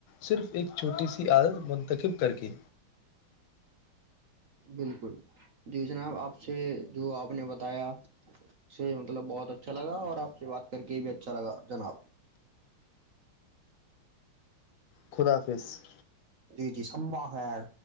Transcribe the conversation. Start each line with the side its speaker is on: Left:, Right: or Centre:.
Left: صرف ایک چھوٹی سی عادت منتخب کر کے
Right: بالکل جی جناب آپ سے جو آپ نے بتایا اس سے مطلب بہت اچھا لگا اور آ سے بات کر کے بھی اچھا لگا جناب
Left: خدا حافظ
Right: جی جی شببا خیر